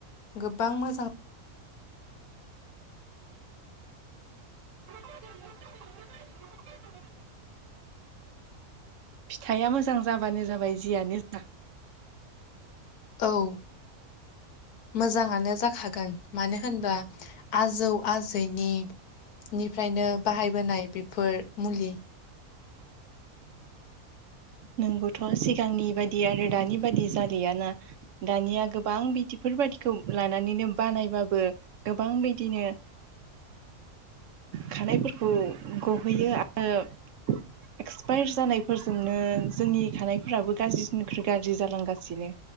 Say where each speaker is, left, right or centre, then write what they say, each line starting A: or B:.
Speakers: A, on the left; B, on the right.
A: गोबां मोजां
B: <unintelligible> फिथाइया मोजां जाबानो जाबाय जियानो जा।
A: औ मोजाङानो जाखागोन मानो होनबा आजौ आजैनि निफ्रायनो बाहायबोनाय बेफोर मुलि
B: नोंगौथ' सिगांनि बायदि आरो दानि बायदि जलियाना। दानिया गोबां बिदिफोर बायदिखौ लानानैनो बानायबाबो गोबां बिदिनो खानायफोरखौ गहैयो आरो एक्सपायार जानायफोरजोंनो जोंनि खानायफोराबो गाज्रिनिख्रुइ गाज्रि जालांगासिनो।